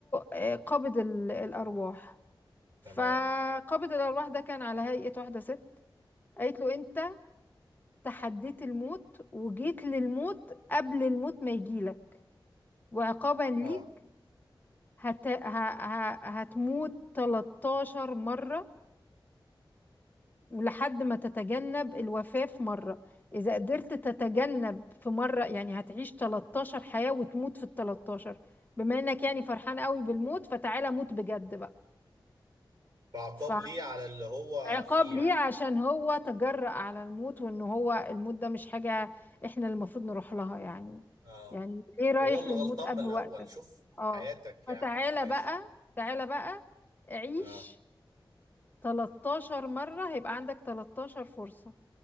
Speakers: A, on the left; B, on the right.
A: آه، قابض ال- الارواح فقابض
B: تمام
A: الارواح ده كان على هيئة واحدة ست قالت له انت تحديت الموت وجيت للموت قبل الموت ما يجيلك وعقابا ليك
B: اه
A: هت... ه... ه... هتموت 13 مرة ولحد ما تتجنب الوفاة في مرة إذا قدرت تتجنب في مرة يعني هتعيش 13 حياة وتموت في ال 13 بما إنك يعني فرحان قوي بالموت فتعالى موت بجد بقى
B: كعقاب
A: ف...
B: ليه على اللي هو
A: عقاب
B: فيه
A: ليه
B: يعني
A: عشان هو تجرأ على الموت وان هو الموت ده مش حاجة احنا اللي المفروض نروح لها يعني
B: اه
A: يعني ليه رايح
B: وهو اللي
A: للموت
B: غلطان
A: قبل
B: من الاول
A: وقتك
B: شوف
A: اه
B: حياتك
A: فتعالى
B: يعني ماشي
A: بقى تعالى بقى عيش
B: اه
A: 13 مرة هيبقى عندك 13 فرصة